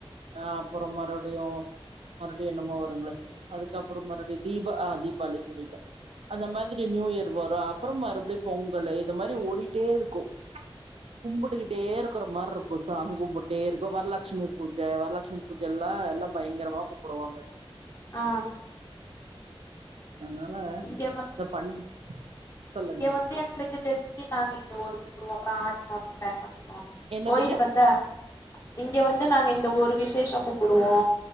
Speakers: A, on the right; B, on the left.
A: ஆ அப்பறோ மறுடியு மறுபடியு என்னமோ வருங்களே அதுக்கப்புறோ மறுபுறோ தீபா ஆ தீபாவளி சொல்லிட்டே‌ அந்த மாதிரி நியூ இயர் வரு அப்பறம் மறுபடியு பொங்கல்லு இது மாதிரி ஓடிட்டே இருக்கு கும்புட்டுக்கிட்டே இருப் க்குற மாரி இருக்கு சாமி கும்பிட்டே இருக்க வரலட்சுமி பூஜ வரலட்சுமி பூஜல்லா எல்லா பயங்கரமா கும்புடுவாங்க
B: ஆ
A: அதுனால
B: இங்க
A: இந்த பண் சொல்லுங்க
B: இங்க வந்து எங்களுக்கு தெரிஞ்சு நாங்க இந்த ஒருர்க கொடுவோ அப்பற ஆடி மா <unintelligible>
A: என்னதுங்க
B: கோயில் வந்த இங்க வந்து நாங்க இந்த ஒரு விசேஷ கும்பிடுவோ